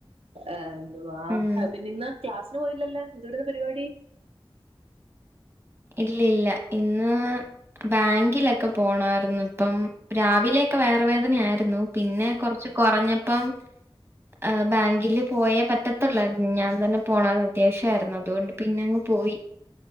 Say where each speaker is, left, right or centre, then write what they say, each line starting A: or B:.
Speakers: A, on the right; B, on the right.
A: ആ വാഹ
B: ഉം
A: പിന്നിന്ന് ക്ലാസിന് പോയില്ലല്ലോ എന്തുവായിരുന്ന് പരുവാടി
B: ഇല്ലില്ല ഇന്ന് ബാങ്കിലേക്കെ പോണായിരുന്ന് അപ്പം രാവിലേക്കെ വയറ് വേദനയായിരുന്നു പിന്നെ കൊറച്ച് കൊറഞ്ഞപ്പം ആ ബാങ്കില് പോയെ പറ്റത്തൊള്ളായിരുന്ന് ഞാൻ തന്നെ പോണാരുന്ന് അത്യാവശ്യയിരുന്നു അതുകൊണ്ട് പിന്നങ്ങ് പോയി